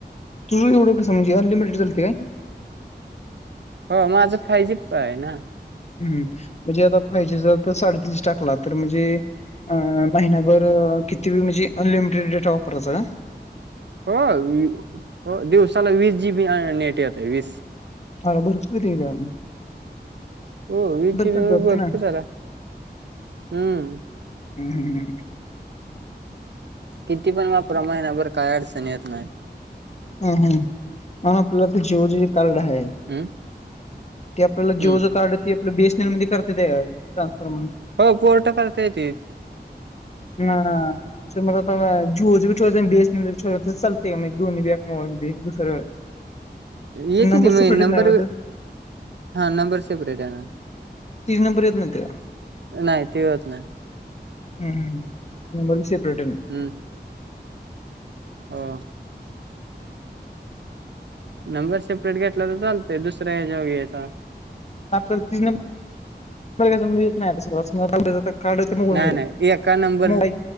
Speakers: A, on the left; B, on the right.
A: तुझ एवढं कसं म्हणजे अनलिमिटेड चालतय काय?
B: हं माझा फायजीचा हाय ना.
A: हम्म, म्हणजे आता फायजीचा साडेतीनशेचा टाकला तर म्हणजे अं महिनायाभर किती म्हणजे अनलिमिटेड डेटा वापरायचा काय?
B: हो हो, दिवसाला वीस जी बी नेट येतय, वीस
A: आरं भरपूर येतय म
B: हो, वीस जीबी
A: चालत
B: म्हणजे
A: वाटतं
B: भरपूर
A: ना.
B: झाला, हम्म.
A: हम्म हम हं.
B: किती पण वापरा, महिना भर काय अडचण येत नाही.
A: हम्म हम्म, पण आपला ते जीओ च कारडं हाय
B: हम्म
A: ते आपल्याला
B: हम्म
A: जीओ च कार्ड ती आपल्याला बी एस एन एल मध्ये करता येतय का ट्रान्सफॉर
B: हो फोर्ट करता येतय.
A: <unintelligible> <inaudible> हं, मग आता जीओच बी ठिवायचं बी एस एन एल चबी ठुलं तर चालतय का दोन्ही बी एकात हो अगदी दुसरं
B: येत
A: पण नंबर
B: ती
A: सेपरेट
B: नंबर,
A: येणार ना
B: हा नंबर सेपरेट येणार.
A: तीस नंबर येत नाही त्याला
B: नाही ते होत नाही.
A: हम्म हम्म नंबर सेपरेट येनार.
B: हम्म हां नंबर सेपरेट घेतला तर चालतय, दुसऱ्या हच्या वर घ्याचा.
A: आपल्याला तीच नं बर घ्याचा म्हणजे येत नाही तसा कार्ड तन हुन
B: नाही नाही एका नंबर
A: जाईल